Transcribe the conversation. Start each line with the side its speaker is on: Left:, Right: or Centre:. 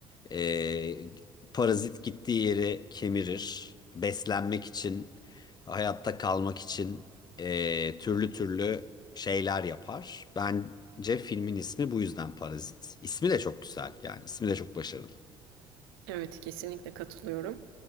Left: E, parazit gittiği yeri kemirir. Beslenmek için, hayatta kalmak için e, türlü türlü şeyler yapar. Bence filmin ismi bu yüzden Parazit. İsmi de çok güzel yani ismi de çok başarılı.
Right: Evet, kesinlikle katılıyorum.